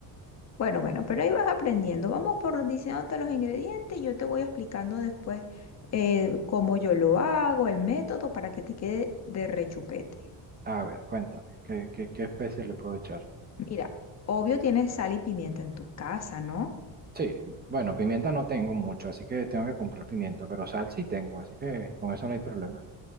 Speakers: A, on the left (about 40°); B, on the right (about 20°).
A: Bueno, bueno, pero ahí vas aprendiendo. Vamos por diciéndote los ingredientes y yo te voy explicando después eh, cómo yo lo hago, el método para que te quede de rechupete.
B: A ver, cuéntame, ¿qué, qué, qué especies le puedo echar?
A: Mira, obvio tienes sal y pimienta en tu casa, ¿no?
B: Sí, bueno, pimienta no tengo mucho, así que tengo que comprar pimienta, pero sal sí tengo, así que con eso no hay problema.